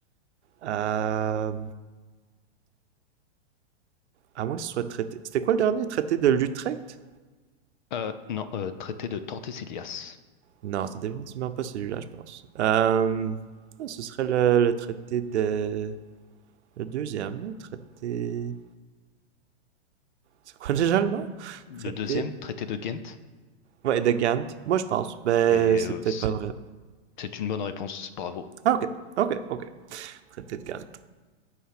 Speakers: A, on the right; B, on the left.
A: Euh, à moins que ce soit le traité. C'était quoi le dernier? Traité de L'Utrecht?
B: Euh, non, euh, traité de Tordesillas.
A: Non, c'est définitivement pas celui-là, je pense. Euh, ah, ce serait le, le traité de... Le deuxième, le traité... C'est quoi déjà le nom?
B: Le
A: Traité...
B: deuxième, traité de Ghent.
A: Ouais, de Gand. Moi, je pense. Ben,
B: Et
A: c'est
B: euh,
A: peut-être
B: c'est
A: pas vrai.
B: c'est une bonne réponse. Bravo.
A: Ah, ok. Ok, ok. Traité de Gand.